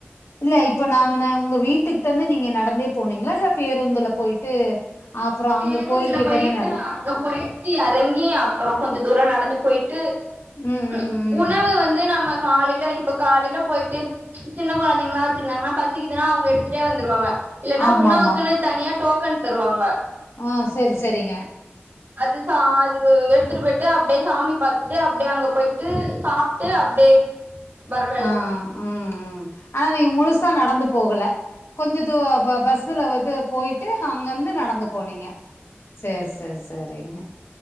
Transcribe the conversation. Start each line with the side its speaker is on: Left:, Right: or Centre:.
Left: இல்ல இப்ப நா நா உங்க வீட்டுகிட்ட இருந்து நீங்க நடந்தே போனிங்ளா இல்ல பேருந்துல போயிட்டு அப்றோ அங்க
Right: பேருந்துல
Left: கோயில் கிட்ட
Right: போயிட்டு
Left: இருந்து நட
Right: அங்க போயிட்டு எறங்கி அப்புற கொஞ்ச தூர நடந்து போய்ட்டு
Left: ம்
Right: அ
Left: ம் ம்
Right: உணவு வந்து நம்ம காலைல இப்ப காலைல போயிட்டு சின்ன கொழந்தைங்கலா வெச்சிருந்தாங்னா பசிக்குதுன்னா அவுங்க எடுத்துட்டே வந்துருவாங்க இல்லன்னா
Left: ஆமா
Right: உணவுக்குன்னு
Left: ஆமா
Right: தனியா டோக் கன் தருவாங்க
Left: ஆ செரி செரிங்க
Right: அது சா அது எடுத்துட்டு போய்ட்டு அப்டியே சாமி பாத்துட்டு அப்டியே அங்க போயிட்டு சாப்ட்டு அப்டியே வர வேல
Left: ஆ ம் ம் ஆனா நீங்க முழுசா நடந்து போகல கொஞ்ச தூ ப பஸ்ஸுல வந்து போய்ட்டு அங்கந்து நடந்து போனிங்க செர் செர் செரிங்க